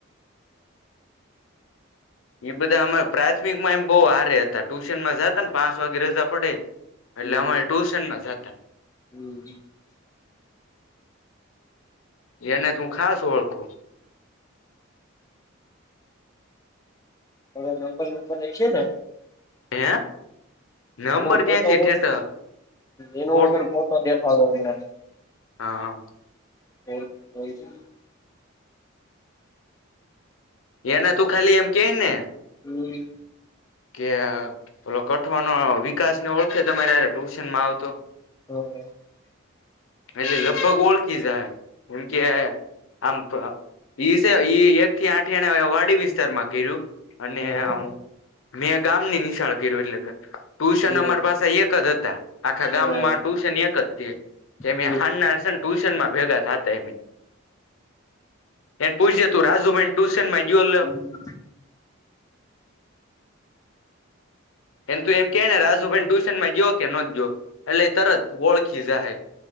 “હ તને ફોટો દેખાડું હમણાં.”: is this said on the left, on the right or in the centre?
Left